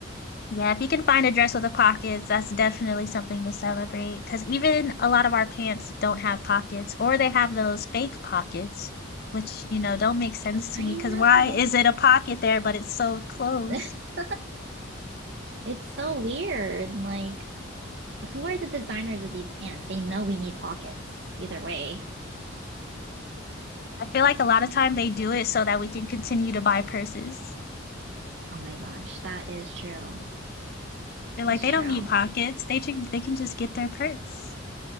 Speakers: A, on the left; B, on the right.
A: Yeah, if you can find a dress with a pockets, that's definitely something to celebrate. Because even a lot of our pants don't have pockets, or they have those fake pockets, which, you know, don't make sense to
B: I
A: me. Because
B: know
A: why
B: those
A: is it a pocket there, but it's sewed closed?
B: <laughs> it's so weird. Like who are the designers of these pants? They know we need pockets either way.
A: I feel like a
B: Funny.
A: lot of time they do it so that we can continue to buy purses.
B: Oh my gosh, that is true.
A: They're like,
B: That's
A: they
B: true.
A: don't need pockets. They can they can just get their purse.